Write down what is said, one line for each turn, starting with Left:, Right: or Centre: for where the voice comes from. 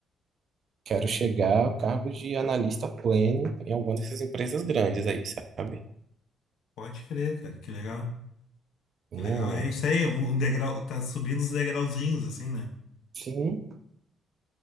Right: Quero chegar ao cargo de analista pleno em alguma dessas empresas grandes aí, sabe?
Left: Pode crer, cara. Que legal.
Right: Não-
Left: Que legal. É isso aí, um um degrau, tá subindo os degrauzinhos, assim, né?
Right: sim,